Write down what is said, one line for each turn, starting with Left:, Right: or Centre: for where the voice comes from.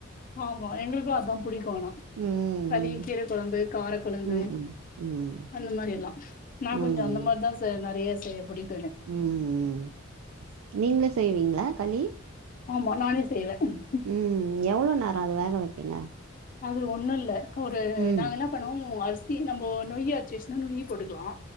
Left: ஆமா எங்களுக்கு அதா புடிக்கு ஆனா
Right: ம் ம்
Left: களி கீர கொழம்பு கார கொழம்பு
Right: ம் ம்
Left: அந்த மாரி எல்லாம் நா
Right: ம்
Left: கொஞ்சோ அந்த மாரிதா செ நெறையா செய்ய புடிக்
Right: ம் நீங்க செய்வீங்ளா களி
Left: ஆமா நானே செய்வ ம்
Right: ம் எவுளோ நேரோ அத வேக வப்பீங்க
Left: அது ஒன்னுல்ல ஒரு
Right: ம்
Left: நாங்க என்ன பண்ணுவோ அரிசி நம்போ நொய்யி அர்ச்சு வச்சிர்ந்தா நொய்யி போட்டுக்குலா